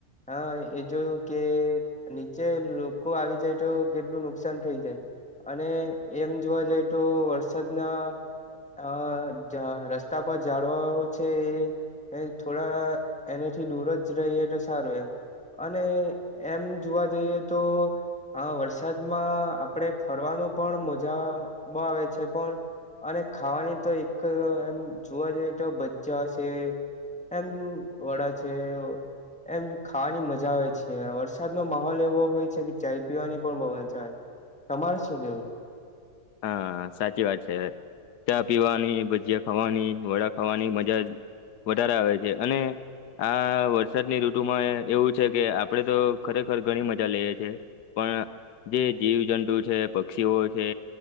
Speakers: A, in the centre; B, on the left.
A: હ એ જોયું કે નીચે લોકો આવી જાય તો કેટલું નુકસાન થઇ જાય. અને એમ જોવા જઈ તો વરસાદના અ જા રસ્તા પર ઝાડવો છે એ થોડા એનેથી દૂર જ રહીએ તો સારું એમ. અને એમ જોવા જઈએ તો હા વરસાદમાં આપડે ફરવાનું પણ મજા બહુ આવે છે પણ અને ખાવાની તો એક એમ જોવા જઈએ તો ભજા શે. એમ વડા છે. એમ ખાવાની મજા આવે છે વરસાદ નો માહોલ એવો હોય છે કે ચાય પીવાની પણ બ‌ઉ મજા આવે. તમારે શું કેવું.
B: હા સાચી વાત છે. ચા પીવાની ભજીયા ખાવાની વડા ખાવાની મજા વધારે આવે છે અને. આ વરસાદની ઋતુમાં એવું છે કે આપડે તો ખરેખર ઘણી મજા લઈએ છ છેએ પણ જે જીવજંતુ છે પક્ષીઓ છે.